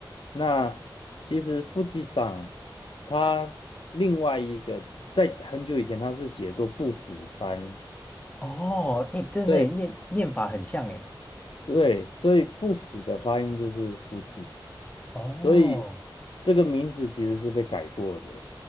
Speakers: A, on the left; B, on the left.
A: 那其实 Fuji 上它另外一个在很久以前它是写作不死山，
B: 哦，哎，真的耶念念法很像哎，
A: 对对，所以不死的发音就是 f u
B: 哦。
A: 所以这个名字其实是被改过的。